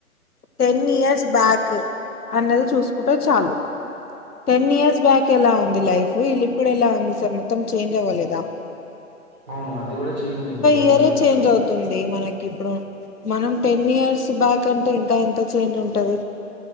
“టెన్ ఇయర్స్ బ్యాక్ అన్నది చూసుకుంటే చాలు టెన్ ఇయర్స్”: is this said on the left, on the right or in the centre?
Left